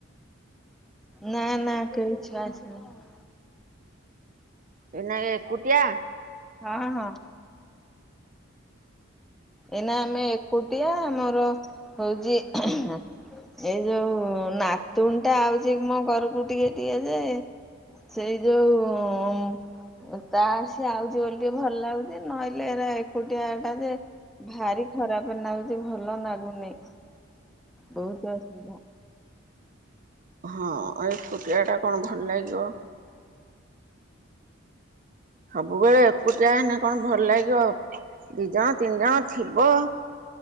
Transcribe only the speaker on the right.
ଏଇନା ଏକୁଟିଆ?
ହଁ ଏକୁଟିଆଟା କଣ ଭଲ ଲାଗିବ। ସବୁବେଳେ ଏକୁଟିଆ ହେନ କଣ ଭଲ ଲାଗିବ। ଦି ଜଣ ତିନି ଜଣ ଥିବ।